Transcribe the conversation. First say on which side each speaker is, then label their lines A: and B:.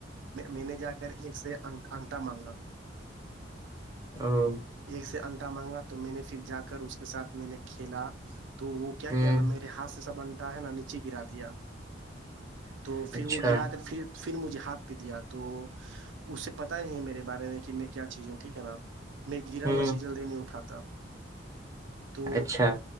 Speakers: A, on the right; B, on the right.
A: میں نے جا کر ایک سے انٹا مانگا
B: او
A: ایک سے انٹا مانگا تو میں نے پھر جا کر اس کے ساتھ میں نے کھیلا تو وہ کیا
B: ہوں
A: کیا نا میرے ہاتھ سے سا بنتا ہے نا نیچے گرا دیا تو پھر
B: اچھا
A: وہ گرا کر پھر پھر مجھے ہاتھ پہ دیا تو اس سے پتا نہیں میرے بارے میں میں کیا چیز ہوں ٹھیک ہے نا میں گرا
B: ہوں
A: ہوا چیز جلدی نہیں اٹھاتا تو
B: اچھا